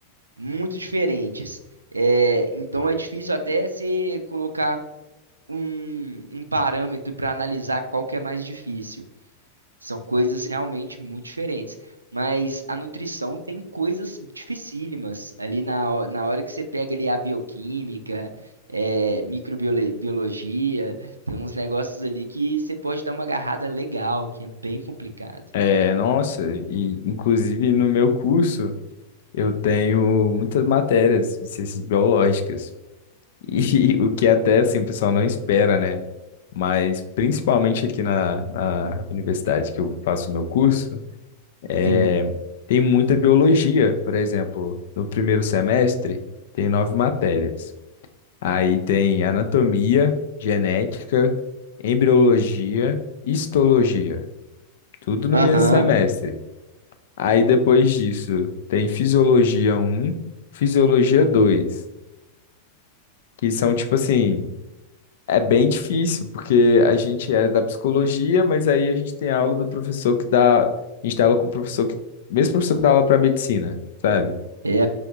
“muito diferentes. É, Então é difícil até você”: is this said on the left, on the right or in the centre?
Right